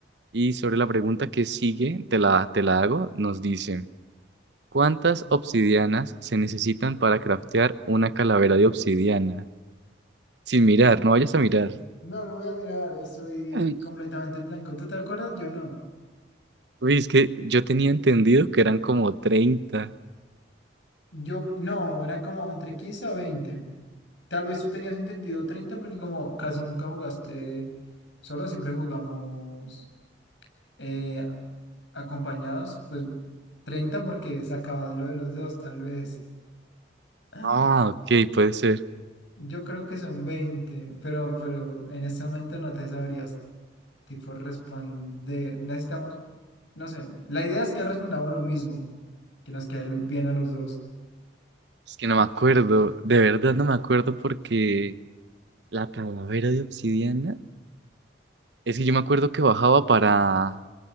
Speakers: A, on the right; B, on the left.
A: Y sobre la pregunta que sigue, te la, te la hago, nos dice, ¿cuántas obsidianas se necesitan para craftear una calavera de obsidiana? Sin mirar, no vayas a mirar.
B: No, no voy a mirar, estoy
A: Ay.
B: completamente en blanco. ¿Tú te acuerdas? Yo no.
A: Uy, es que yo tenía entendido que eran como 30.
B: Yo, no, eran como entre 15 a veinte Tal vez tú tenías entendido 30 porque como casi nunca jugaste solo, siempre jugamos eh, acompañados, pues 30 porque se acaba lo de los dos, tal vez. <gasps>
A: Ah, ok, puede ser.
B: <laughs> Yo creo que son 20 pero, pero en este momento no te sabrías tipo responder. Necesitamos, no sé, la idea es que respondamos lo mismo, que nos quede bien a los dos.
A: Es que no me acuerdo, de verdad no me acuerdo porque la calavera de obsidiana, es que yo me acuerdo que bajaba para...